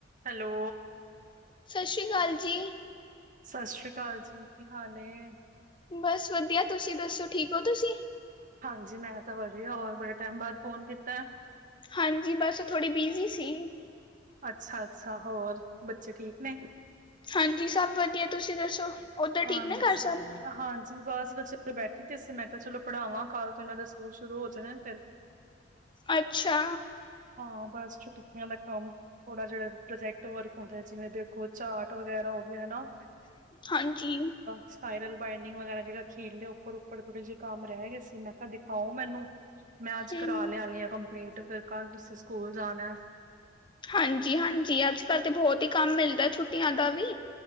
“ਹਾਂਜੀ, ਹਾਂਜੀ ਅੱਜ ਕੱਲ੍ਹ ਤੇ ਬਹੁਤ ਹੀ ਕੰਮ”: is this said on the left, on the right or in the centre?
Left